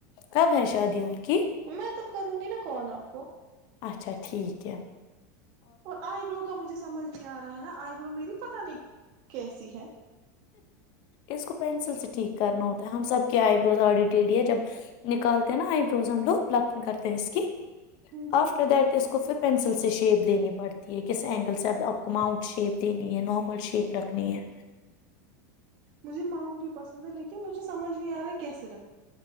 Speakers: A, on the left; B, on the right.
A: کب ہے ش شادی ان کی <unintelligible>
B: میں تب کروں گی نا کال آپ کو
A: اچھا ٹھیک ہے
B: اور آئی برو کا مجھے سمجھ نہیں آ رہا ہے نا آئیبرو میری پت نہیں کیسی ہے
A: اس کو پینسل سے ٹھیک کرنا ہوتا ہے ہم سب کے آئی بروز آڈٹ ڈڈی جب نکالتے ہیں نا آ ب روز ہم لوگ بلکنگ کرتے ہیں اس کی
B: ہوں ہوں
A: آفٹر دٹ اس کو فف پینسل سے شیپ دینی پڑتی ہے کس اینگل سے اب آپ کو ماؤنٹ شیپ دینی ہے نارمل شیپ رکھنی ہے
B: مجھے ماؤنٹ بھی پسند ہے لیکن مجھے سمجھ نہیں آ رہا کیسےرف